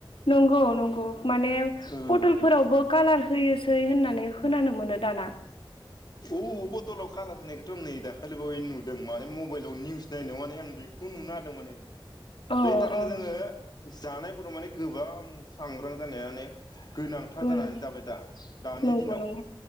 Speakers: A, on the left; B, on the left.
A: नंगौ नंगौ माने
B: औ
A: पथलफोरावबो कालार होयोसै होनानै खोनानो मोनो दाना।
B: औ बथलाव कालार होनायखौथ' आं नै दाखालि बै नुदों माने म मबाइलाव निउस नायावनानै आं बे खौ नुनादों माने
A: अ
B: बेनि थाखायनो
A: अ
B: जोङो जानायफोराव माने गोबां सांग्रां जानाया ने गोनांथार
A: गोनां
B: जानानै जाबाय दा दानि
A: नंगौ
B: दिनाव
A: नंगौ